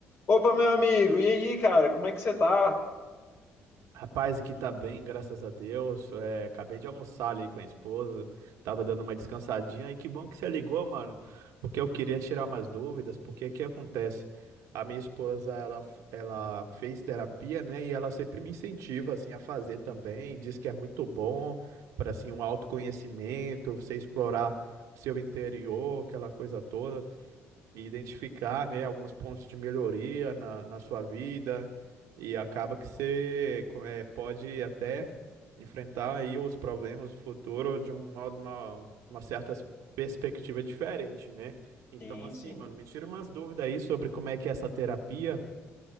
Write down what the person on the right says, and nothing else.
Rapaz, aqui tá bem, graças a Deus. É, acabei de almoçar ali com a esposa, tava dando uma descansadinha e que bom que você ligou, mano, porque eu queria tirar umas dúvidas, porque o que acontece? A minha esposa, ela, ela fez terapia, né, e ela sempre me incentiva, assim, a fazer também, diz que é muito bom para, assim, um autoconhecimento, você explorar o seu interior, aquela coisa toda e identificar, né, alguns pontos de melhoria na, na sua vida e acaba que você co- eh, pode até enfrentar aí os problemas do futuro de um modo, uma, uma certa perspectiva diferente, né? Então,
assim,
mano, me tira umas dúvidas aí sobre como é que é essa terapia.